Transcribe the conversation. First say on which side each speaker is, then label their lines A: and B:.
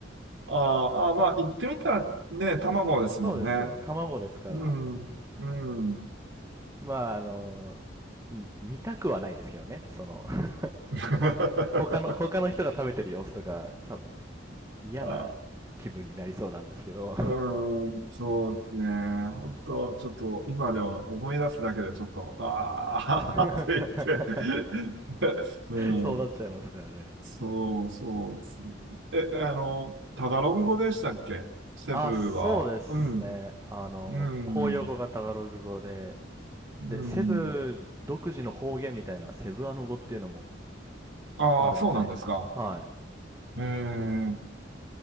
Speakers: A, on the right (about 80°); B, on the right (about 15°).
A: あーあー、まあ、言ってみたらね、卵ですもんね。
B: そうですよ。卵ですから。
A: うん、うん。
B: まああの、ん見たくはないですけどね。その、
A: <laughs>
B: ほ他の、他の人が食べてる様子とか、多分、い嫌な気分になりそうなんですけど。
A: あ、うん、そうですね。本当ちょっと、今では思い出すだけでちょっと、ああ、
B: <laughs>
A: <laughs> と言って。<laughs> うん、
B: そうなっちゃいますからね。
A: そう、そうですね。え、あの、タガログ語でしたっけセブは。
B: あ、そうですね。
A: うん、
B: あの、
A: うん、
B: 公用語がタガログ語で、
A: うん。
B: で、セブ独自の方言みたいな、セブアノ語っていうのも
A: ああ、
B: あるみたいで。
A: そうなんですか。
B: は
A: ええ